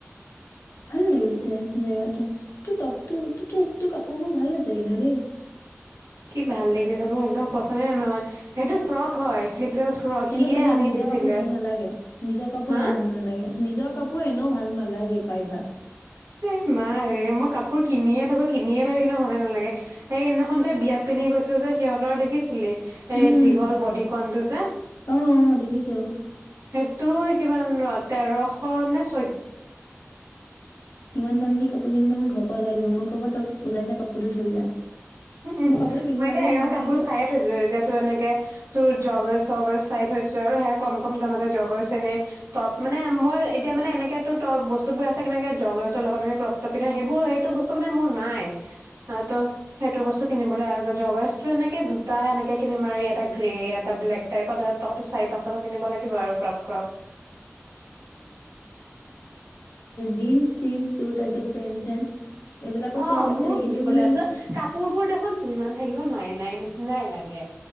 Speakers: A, on the left; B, on the right.
A: ভাল লাগিছে জেগাটো তোৰ তপতো ত ত তোৰ কাপোৰ কাপোৰ ভাল আছে কি ন দেই।
B: কি ভাল দেখিছ মোৰ একদম পচন্দে নে নহয় সেইটো ফ্ৰক হয় শ্লিভলেছ ফ্ৰক সিয়ে
A: এনেও চাবি
B: আনি
A: নিজৰ
B: দিছিলে।
A: কাপোৰ ভাল নালাগে নিজৰ কাপোৰ
B: হা
A: এনেও ভাল নালাগে নিজৰ কাপোৰ এনেও ভাল নালাগে। প্ৰায়ভাগ
B: এ নাই ৰে মই কাপোৰ কিনিয়ে থাকো কিনিয়ে থাকো কিন্তু ভালে নালাগে সেই সদিনাখন যে বিয়াত পিন্ধি গৈছিলো যে সিহঁতৰ দেখিছিলি এই
A: উম
B: দীঘল বডিকণ টো যে
A: অ দেখিছো অ
B: সেইটো কিমান ৰ তেৰ শ‌‌ নে চো
A: ইমান দামী কাপোৰ কিনিলে মোৰ ঘৰ ওলাই দিব মই ক'ব তই ওলাই যা কাপোৰটো থৈ যা।
B: উম উম
A: মোক কাপোৰটো পিন্ধি
B: মই
A: যাবই
B: এতিয়া এগাল
A: নিদিব
B: কাপোৰ
A: নেকি
B: চাইয়ে থৈছো এতিয়া তোৰ এনেকে তোৰ জৰ্গছ চৰ্গছ চাই থৈছো আৰু সেয়া কম কম দামতে জৰ্গছ এনে টপ মানে মই এতিয়া মানে এনেক তো ত বস্তু বোৰ আছে কেনেকে জগৰ্ছৰ লগত ত পিন্ধা সেইবোৰ সেইটো বস্তু মানে মোৰ নাই। আত সেইটো বস্তু কিনিব আহ জগছটো এনেকে দুটা এনেকে কিনি মাৰি এটা গ্ৰে এটা ব্লেক টাইপ টপ চাৰি পাঁচটা মান কিনিব লাগিব আৰু ক্ৰপ ক্ৰপ।
A: জিন্ চিন্ য তাৰ চব পেন্ চেন এইবিলাকৰ
B: অ
A: চখ
B: মোৰো
A: আছে
B: কিনিবলৈ
A: কিন্তু মানে
B: আছে কাপোৰ বোৰ দেখোন যিমান থাকিলো নাই নাই নিচিনাই লাগে